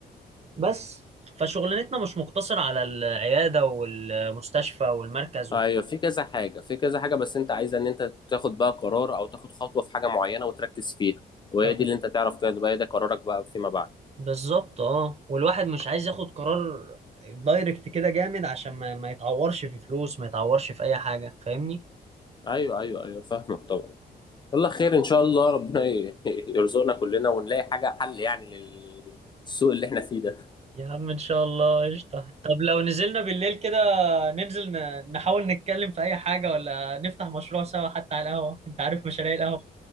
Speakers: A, on the right; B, on the left.
A: بس فشغلانتنا مش مقتصرة على العيادة والمستشفى والمركز
B: ايوه
A: و-
B: في كذا حاجه في كذا حاجه بس انت عايز ان انت تاخد بقى قرار او تاخد خطوه في حاجه معينه وتركز فيها وهي
A: تاخد
B: دي اللي انت تعرف كده بقى ده قرارك بقى فيما بعد
A: بالظبط اه والواحد مش عايز ياخد قرار دايركت كده جامد عشان ما, ما يتعورش في فلوس ما يتعورش في اي حاجة فاهمني
B: ايوه ايوه ايوه فاهمك طبعا والله خير ان شاء الله ربنا ي- <laughs> يرزقنا كلنا ونلاقي حاجه حل يعني للسوق اللي احنا فيه ده
A: يا عم ان شاء الله قشطة طب لو نزلنا بالليل كده ننزل ن- نحاول نتكلم في اي حاجة ولا نفتح مشروع سوا حتى على القهوة انت عارف مشاريع القهوة